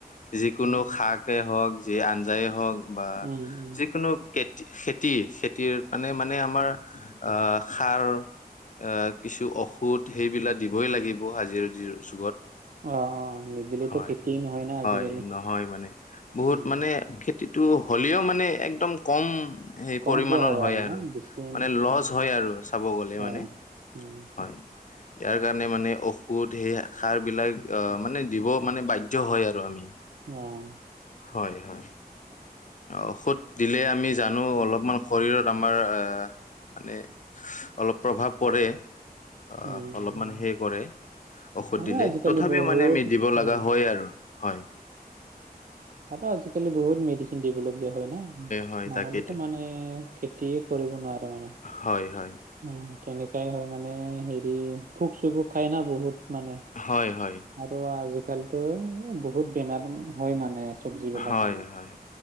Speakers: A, on the left; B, on the right.
A: যিকোনো
B: উম,
A: শাক শাকে হওঁক যি আঞ্জায়ে হওঁক বা
B: উম, উম।
A: যিকোনো- খেতি, খেতি-খেতিৰ মানে-মানে আমাৰ আঁহ' সাৰ- আঁহ' কিছু ঔষধ সেইবিলাক দিবই লাগিব আজিৰৰ যুগত।
B: অ অ নিদিলেতো
A: হয়,
B: খেতিয়ে নহয় না
A: হয়,
B: আজিকালি
A: নহয় মানে বহুত
B: উম
A: মানে- খেতিটো হ'লেও মানে একদম কম সেই
B: কমকে
A: পৰিমাণৰ হয়
B: ন
A: আৰু।
B: বেছি
A: মানে লচ
B: উম,
A: হয় আৰু চাব গ'লে মানে
B: অ উম
A: হয়। ইয়াৰ কাৰণে মানে ঔষধ সেই সাৰবিলাক আঁহ' মানে দিব মানে বাধ্যয় হয় আৰু আমি।
B: অ'।
A: হয়-হয়। ঔষধ দিলে আমি জানো অলপমান শৰীৰত আমাৰ আ- মানে অলপ প্ৰভাৱ পৰে, আঁহ'
B: উম উম
A: অলপমান
B: উম।
A: সেই কৰে- ঔষধ
B: আৰু
A: দিলে,
B: আজিকালি
A: তথাপিও
B: বহুত
A: মানে আমি দিব লগা
B: উম
A: হয়েই আৰু, হয়।
B: তাকে, আজিকালি বহুত মেডিচিন দিবলগীয়া হয় না'
A: হয়
B: নহ'লেতো
A: তাকেইতো
B: মানু- হে খেতিয়ে কৰিব নোৱাৰে মানে।
A: হয়-হয়।
B: অঁ', তেনেকাই হয় মানে হেৰি খোপ পোক-চোকো খাই না বহুত মানে।
A: হয়-হয়।
B: আৰু আজিকালিটো এ' বহুত বেমাৰ হয় মানে। চব্জি বিলাক
A: হয়,
B: মানে,
A: হয়,